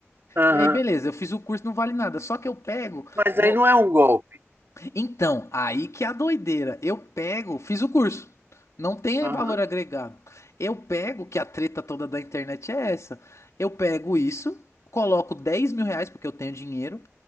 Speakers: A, on the right; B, on the left.
A: Aham.
B: E aí, beleza, eu fiz o curso, não vale nada. Só que eu pego.
A: Mas
B: Vou,
A: aí não é um golpe.
B: então, aí que é a doideira. Eu pego, fiz o curso. Não tem
A: Aham.
B: valor agregado. Eu pego, que a treta toda da internet é essa. Eu pego isso, coloco 10 mil reais, porque eu tenho dinheiro,